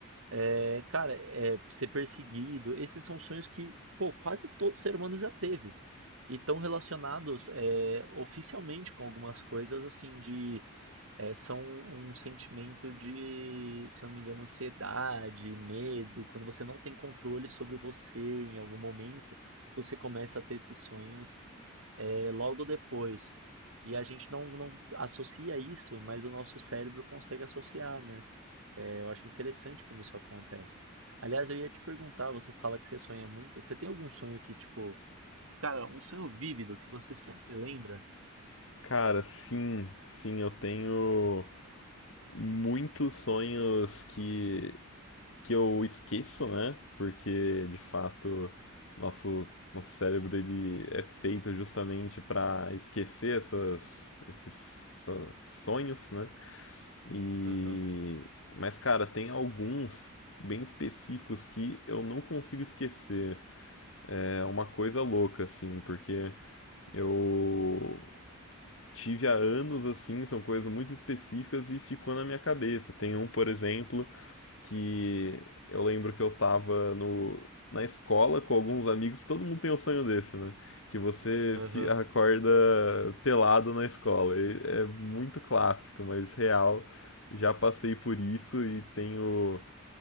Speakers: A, on the right; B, on the left.
A: é, cara, é, ser perseguido, esses são sonhos que, pô, quase todo ser humano já teve. E estão relacionados é, oficialmente com algumas coisas, assim, de. é, são um sentimento de, se eu não me engano, ansiedade, medo. Quando você não tem controle sobre você em algum momento, você começa a ter esses sonhos é, logo depois. E a gente não, não associa isso, mas o nosso cérebro consegue associar, né? É, eu acho interessante como isso acontece. Aliás, eu ia te perguntar, você fala que você sonha muito. Você tem algum sonho que, tipo, cara, um sonho vívido que você sempre lembra?
B: Cara, sim, sim, eu tenho muitos sonhos que que eu esqueço, né? Porque de fato nosso nosso cérebro ele é feito justamente para esquecer essas, esses essa- sonhos, né? E
A: Aham,
B: mas cara, tem alguns bem específicos que eu não consigo esquecer. É uma coisa louca assim, porque eu tive há anos assim, são coisas muito específicas e ficou na minha cabeça. Tem um, por exemplo, que eu lembro que eu tava no, na escola com alguns amigos, todo mundo tem um sonho desse, né? Que você
A: aham,
B: fi- acorda pelado na escola. E é muito clássico, mas real. Já passei por isso e tenho